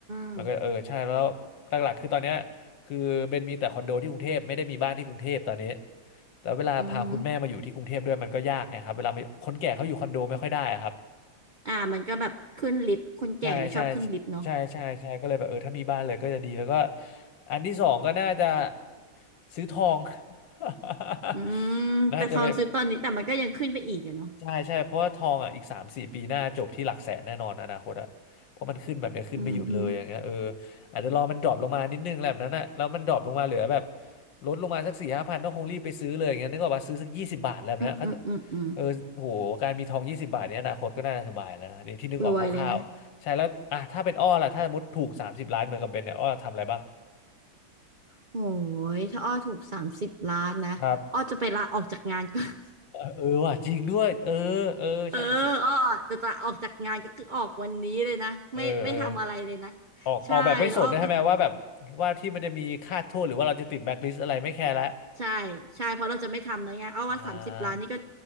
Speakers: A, on the right (about 85°); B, on the left (about 70°).
A: ม
B: มันก็เออใช่แล้วหลักๆคือตอนเนี้ยคือเบนมีแต่คอนโดที่กรุงเทพไม่ได้มีบ้านที่กรุงเทพตอนนี้แล้วเวลาพาคุณแม่มาอยู่ที่กรุงเทพด้วยมันก็ยากไงครับเวลาไปคนแก่เขาอยู่คอนโดไม่ค่อยได้อะครับ
A: อือฮึอ่ามันก็แบบขึ้นลิฟต์คนแก่ไม่ชอบขึ้นลิฟต์เนาะ
B: ใช่ใช่ใช่ใช่ใช่ก็เลยแบบเออถ้ามีบ้านเลยก็จะดีแล้วก็อันที่สองก็น่าจะซื้อทอง <laughs>
A: อืมแต่ทอนซื้อตอนนี้แต่มันก็ยังขึ้นไปอีกอะเนาะ
B: น่าจะไป ใช่ใช่เพราะว่าทองอ่ะอีกสามสี่ปีหน้าจบที่หลักแสนแน่นอนอนาคตอ่ะเพราะมันขึ้นแบบเนี้ยขึ้นไม่หยุดเลยอย่างเงี้ยเออ
A: อือฮึ
B: อาจจะรอมันดรอปลงมานิดนึงแหละแบบนั้นอ่ะแล้วมันดรอปลงมาเหลือแบบลดลงมาสักสี่ห้าพันก็คงรีบไปซื้อเลยอย่างเงี้ยนึกออกป่ะซื้อสักยี่สิบบาทอะไรแบบเนี้ยเขาจะ
A: อืมอืมอืมอืม
B: เออโหการมีทองยี่สิบบาทเนี้ยอนาคตก็น่าสบายแล้วนะนี่ที่นึกออกคร่าวๆใช่แล้วอ่ะถ้าเป็นอ้อล่ะถ้าสมมติถูกสามสิบล้านเหมือนกับเบนเนี่ยอ้อทำอะไรบ้าง
A: รวยเลยนะโอ้ยถ้าอ้อถูกสามสิบล้านนะอ้อจะไปลาออกจากงานก่อน
B: ครับเออว่ะจริงด้วยเออเออใช่คือ
A: <laughs> เอออ้อจะจะออกจากงานก็คือออกวันนี้เลยนะไม่ไม่ทำอะไรเลยนะ
B: เออเออ ออกออกแบบไม่สนด้วยใช่ไหมว่าแบบ
A: ใช่แล้วอ้อก็
B: ว่าที่มันจะมีค่าโทษหรือว่าเราจะติดแบ็คลิสต์อะไรไม่แคร์ละ
A: ใช่ใช่เพราะเราจะไม่ทำแล้วไงเอาว่าสามสิบล้านนี่ก็
B: อ่า